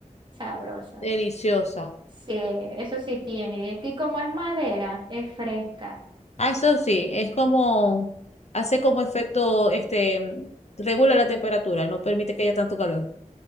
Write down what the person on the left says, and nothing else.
Deliciosa.
Ah, eso sí, es como, hace como efecto, este, regula la temperatura, no permite que haya tanto calor.